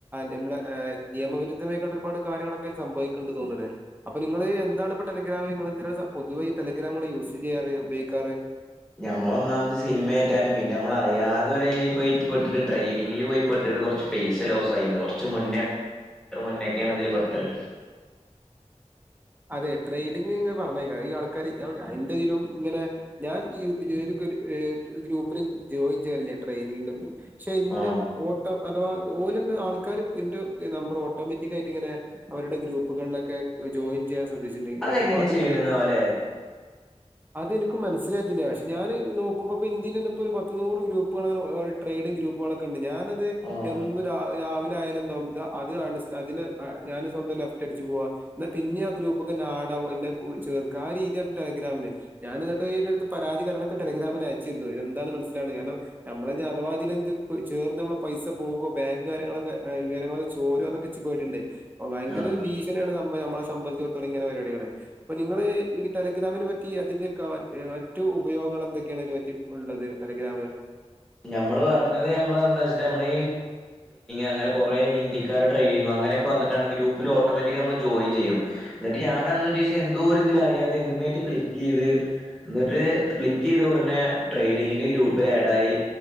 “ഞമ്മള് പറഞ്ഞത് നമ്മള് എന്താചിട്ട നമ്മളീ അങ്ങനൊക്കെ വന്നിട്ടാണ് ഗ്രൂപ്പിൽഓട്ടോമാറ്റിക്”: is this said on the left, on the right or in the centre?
Centre